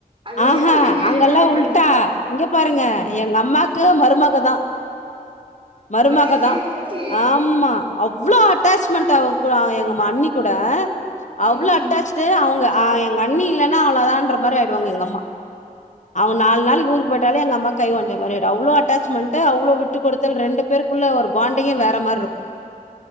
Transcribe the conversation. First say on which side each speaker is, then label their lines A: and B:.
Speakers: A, on the right; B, on the left.
A: அதேதா
B: ஆஹா
A: இவிங்க வீட்ல
B: அங்கல்லா
A: நடக்குது
B: உட்டா இங்க பாருங்க எங்க அம்மாக்கு
A: ஆ
B: மருமகதான் மருமகதான்
A: அட எப்படி
B: ஆமா அவ்வளோ அட்டாச்மெண்ட் ட்ட விட்டிருவாங்க எங்க மம்மி கூட
A: ம்
B: அவ்ளோ
A: ம்
B: அட்டாச்சு அவங்க எங்க அண்ணி இல்ல ன்னா அவளான்ற மாதிரி ஆயி டுவாங்க எங்கம்மா அவங்க நாலு நாளைக்கு ஊரு போயிட் ட்டாலே எங்க அம்மா கை உடைஞ்ச மாதிரி ஆயிடும் ‌அட்டாமெண்ட் அவளோ விட்டு கொடுத்தல் ரெண்டு பேருக்குள்ள ஒரு பாண்டி வேற மாரி இருக்கும்